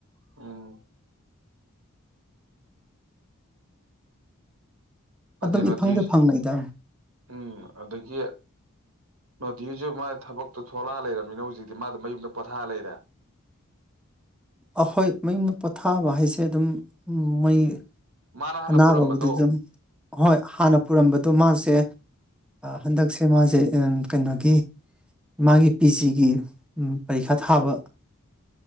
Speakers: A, on the right (about 85°); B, in the centre.
A: ꯎꯝ
B: ꯑꯗꯨꯝ
A: ꯑꯗꯨꯅꯗꯤ
B: ꯏꯐꯪꯗ ꯐꯪꯅꯩꯗ
A: ꯎꯝ ꯑꯗꯒꯤ ꯅꯣꯙꯤꯖꯤꯨ ꯃꯥ ꯊꯕꯛꯇꯣ ꯊꯣꯂꯛꯑ ꯂꯩꯔꯝꯃꯤꯅ ꯍꯧꯖꯤꯛꯇꯤ ꯃꯥꯗ ꯃꯌꯨꯝꯗ ꯄꯣꯊꯥ ꯂꯩꯔꯦ
B: ꯑꯩꯈꯣꯏ ꯃꯌꯨꯝꯗ ꯄꯣꯊꯥꯕ ꯍꯥꯏꯁꯦ ꯑꯗꯨꯝ ꯃꯩꯏ
A: ꯃꯥꯅ ꯍꯥꯟꯅ
B: ꯑꯅꯥꯕꯕꯨꯗ
A: ꯄꯨꯔꯝꯕꯗꯣ
B: ꯑꯗꯨꯝ ꯍꯣꯏ ꯍꯥꯟꯅ ꯄꯨꯔꯝꯕꯗꯣ ꯃꯥꯁꯦ ꯍꯟꯗꯛꯁꯦ ꯃꯥꯁꯦ ꯀꯩꯅꯣꯒꯤ ꯃꯥꯒꯤ ꯄꯤ ꯖꯤꯒꯤ ꯄꯔꯤꯈꯥ ꯊꯥꯕ